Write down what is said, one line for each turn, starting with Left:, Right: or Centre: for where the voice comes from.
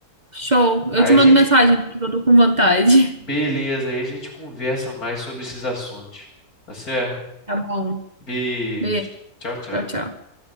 Right: Show.
Left: Aí
Right: Eu te
Left: a
Right: mando
Left: gente,
Right: mensagem do que eu tô com vontade.
Left: beleza,
Right: <laughs>
Left: aí a gente conversa mais sobre esses assuntos. Tá certo?
Right: Tá bom.
Left: Beijo.
Right: Beijo.
Left: Tchau, tchau.
Right: Tchau, tchau.